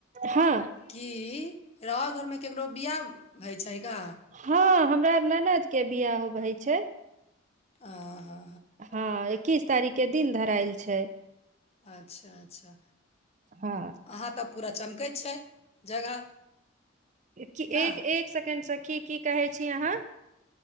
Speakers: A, on the right (about 35°); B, on the left (about 30°).
A: हँ
B: कि रओर घर में केकरो बियाह होय छै का?
A: हँ हमरा ननद के बियाह होइ छै
B: आ हँ
A: हँ एकीस तारीख के दिन धरायल छै
B: अच्छा अच्छा
A: हँ
B: अहाँ तऽ पूरा चमकैत छै जगह
A: क
B: ने
A: एक एक सेकेण्डसँ सखि की की कहै छी अहाँ